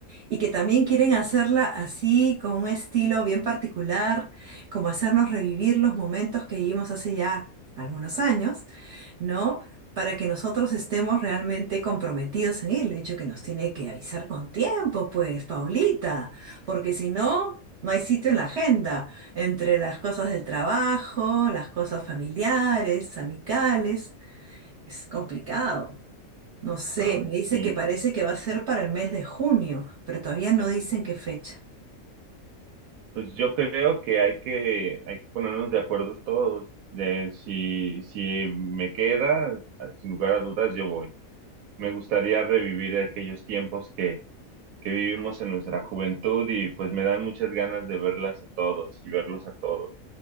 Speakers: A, on the right; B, on the right.
A: y que también quieren hacerla así, con un estilo bien particular, como hacernos revivir los momentos que vivimos hace ya algunos años. ¿no? Para que nosotros estemos realmente comprometidos en él. De hecho, que nos tiene que avisar con tiempo, pues, Paulita, porque si no, no hay sitio en la agenda entre las cosas del trabajo, las cosas familiares, amicales. Es complicado. No sé,
B: Ay,
A: me dice
B: sí.
A: que parece que va a ser para el mes de junio, pero todavía no dicen qué fecha.
B: Pues yo creo que hay que, hay que ponernos de acuerdo todos. De si, si me queda, sin lugar a dudas, yo voy. Me gustaría revivir aquellos tiempos que, que vivimos en nuestra juventud y pues me dan muchas ganas de verlas a todos y verlos a todos,